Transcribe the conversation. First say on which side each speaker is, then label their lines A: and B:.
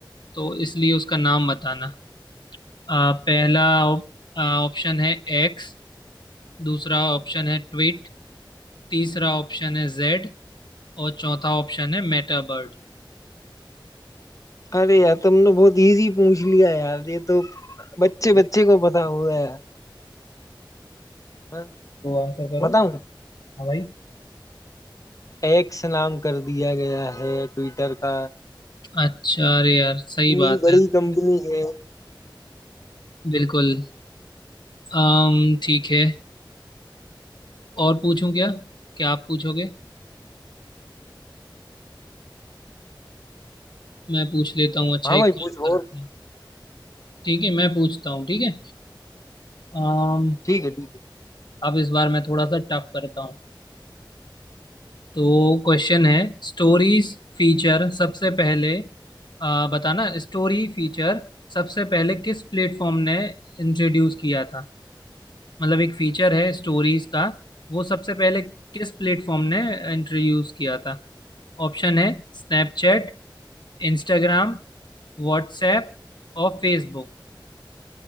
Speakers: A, on the left (about 60°); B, on the left (about 40°).
A: तो इसलिए उसका नाम बताना आ, पहला ऑप्शन है एक्स दूसरा ऑप्शन है ट्वीट तीसरा ऑप्शन है जेड और चौथा ऑप्शन है मेटाबर्ड
B: अरे यार तुमने बहुत इजी पूछ लिया यार ये तो बच्चे बच्चे को पता होगा यार हाँ,
A: तो आंसर करो
B: बताऊं
A: हाँ भाई
B: एक्स नाम कर दिया गया है ट्विटर का
A: अच्छा अरे यार सही
B: इतनी
A: बात
B: बड़ी
A: है
B: कंपनी है
A: बिल्कुल अम ठीक है और पूछूं क्या क्या आप पूछोगे मैं पूछ लेता हूँ अच्छा
B: हाँ
A: एक
B: भाई पूछ
A: काम करते
B: और
A: हैं ठीक है मैं पूछता हूँ ठीक है अम
B: ठीक है ठीक
A: अब इस बार मैं थोड़ा सा टफ करता हूँ तो क्वेश्चन है स्टोरीज फीचर सबसे पहले अ, बताना स्टोरी फीचर सबसे पहले किस प्लेटफॉर्म ने इंट्रोड्यूस किया था मतलब एक फीचर है स्टोरीज का वो सबसे पहले किस प्लेटफॉर्म ने इंट्रोड्यूस किया था ऑप्शन है स्नैपचैट इंस्टाग्राम व्हाट्सएप और Facebook